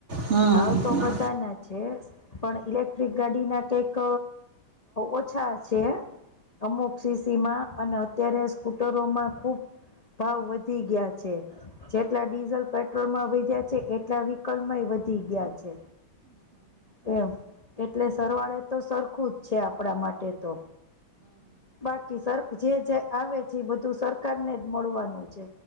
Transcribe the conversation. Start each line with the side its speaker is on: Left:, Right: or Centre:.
Right: હં હં હં હં હં હં હં હં
Left: ભાવ તો
Right: હં હં હં હં
Left: બધા ના છે પણ ઇલેક્ટ્રિક ગાડી ના કંઈક ઓછા છે. અમુક સીસી માં અને અત્યારે સ્કૂટરોમાં ખુબ ભાવ વધી ગયા છે જેટલા ડીઝલ પેટ્રોલ માં વધ્યા છે એટલા વિહિકલમાં વધી ગયા છે એમ. એટલે સરવાળ એ તો સરખું જ છે આપડા માટે તો. બાકી સર જે જે આવે છે એ બધું સરકાર ને જ મળવાનું છે